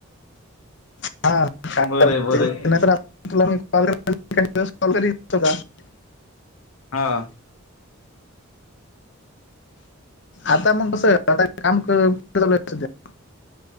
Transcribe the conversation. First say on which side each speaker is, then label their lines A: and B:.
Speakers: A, on the left (about 55°); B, on the left (about 80°).
A: <unintelligible>
B: बरं आहे बरं आहे हा.
A: आता मग कसं आता काम कसं चालू सध्या? <unintelligible>